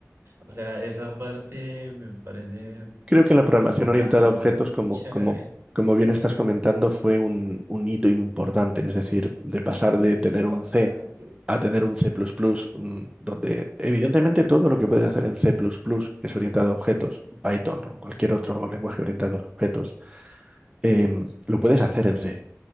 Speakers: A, on the right; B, on the right.
A: O sea, esa parte me parece
B: creo que la programación
A: no
B: orientada
A: tan
B: a objetos, como,
A: chévere.
B: como, como bien estás comentando, fue un, un hito importante, es decir, de pasar de tener un
A: Bastante.
B: C a tener un C++, plus plus mm, donde evidentemente todo lo que puedes hacer en C++, plus plus, que es orientado a objetos, Python o cualquier otro lenguaje orientado a objetos, em, lo puedes hacer en C,